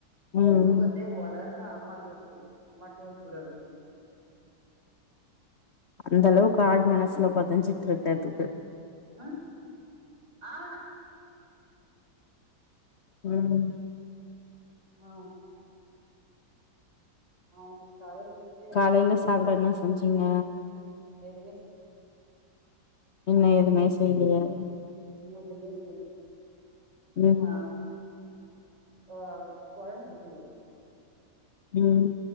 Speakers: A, on the left; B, on the right.
A: ம்
B: தூக்கத்துலேயே
A: ம்
B: ஒளர்றா அம்மா டோல் குடு அம்மா டோல் குடு அப்டினு
A: அந்தளவுக்கு ஆள் மனசுல பதிஞ்சிட்ருக்கு அதுக்கு
B: ம் ஆ
A: ம்
B: ஆ அவங்களுக்கு அத தெரிஞ்சு என்ன
A: காலைல சாப்புட என்ன செஞ்சீங்க
B: எதுமே செய்ல
A: இன்னு எதுமே செய்லயா
B: இன்னு எதுமே செய்ல
A: ம்
B: ஆ ஓ கொழம்பு இருக்குது
A: ம்